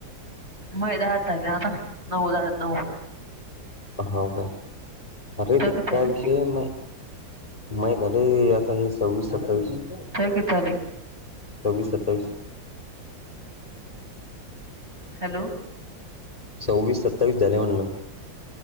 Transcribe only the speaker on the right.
म हे दहाच झाले आता. नऊ दहा नऊ
तो
किती
झाली
कायं क ताली.
हॅलो